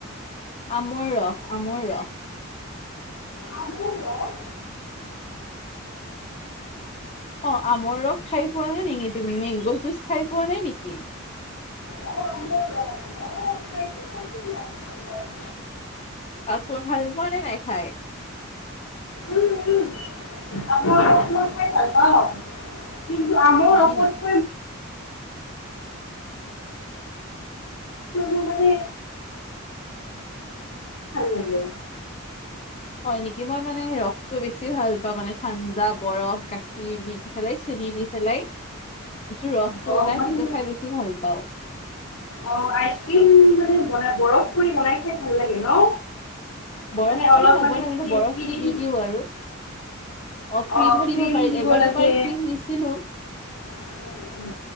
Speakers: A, on the left (about 30°); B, on the left (about 80°).
A: আমৰ ৰস আমৰ ৰস।
B: আমৰ ৰস
A: অ আমৰ ৰস খাই পোৱা নাই নেকি তুমি মেংগ' জুচ খাই পোৱা নাই নেকি?
B: আমৰ ৰস অ খাইছো খাইছো দিয়া আমৰ ৰস
A: আকৌ ভাল পোৱা নে নাই খাই?
B: উম, উম, আমৰ ৰস মই খাই ভাল পাওঁ। কিন্তু আমৰ
A: হয়
B: ৰসত
A: নেকি
B: টোমানে লাগে।
A: হয় নেকি মই মানে ৰসটো বেছি ভাল পাওঁ মানে ঠাণ্ডা বৰফ গাখীৰ দি পেলাই চ নিদি পেলাই যিটো ৰসটো
B: অ'
A: ওলাই
B: মই
A: সেইটো
B: তেনে
A: খাই বেছি ভাল পাওঁ।
B: অ আইচক্ৰীম মানে বনাই বৰফ কৰি বনাই খাই ভাল লাগে ন?
A: বৰফ
B: মানে অলপ
A: কৰি নবনাই
B: মানে
A: কিন্তু
B: কি
A: বৰফটো
B: ক্ৰীম
A: দি দিও আৰু অ ক্ৰীমো
B: অ'
A: দি
B: ক্ৰীম
A: পাৰি,
B: দিব
A: এবাৰ
B: লাগে।
A: দুবাৰ ক্ৰীম দিছিলো।
B: উম,